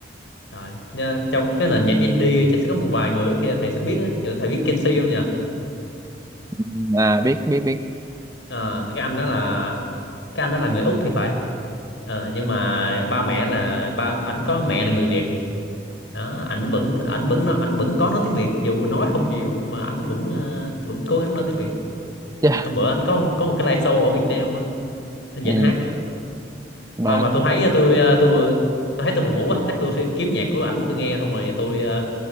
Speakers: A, on the left; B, on the right.
A: rồi nha, trong cái nền nhạc indie chắc sẽ có một vài người khi thầy sẽ biết á Ví thầy biết Kenzie không nhỉ?
B: Ừ, à biết biết biết
A: Ờ, cái anh đó là cái anh đó là người Úc thì phải Ờ, nhưng mà ba mẹ là ba ảnh có mẹ là người Việt đó ảnh vẫn ảnh vẫn nó ảnh vẫn có nói tiếng Việt dù nói không nhiều nhưng mà ảnh vẫn ờ, vẫn cố gắng nói tiếng Việt
B: <laughs> yeah.
A: hôm bữa ảnh có có một cái live show ở Việt Nam á ảnh
B: ừ.
A: dẫn hát
B: mà
A: thôi mà tôi thấy ờ, tôi ờ, tôi vừa- tôi thấy tôi buồn ngủ quá chắc tôi sẽ kiếm nhạc của ảnh tôi nghe xong rồi tôi ờ,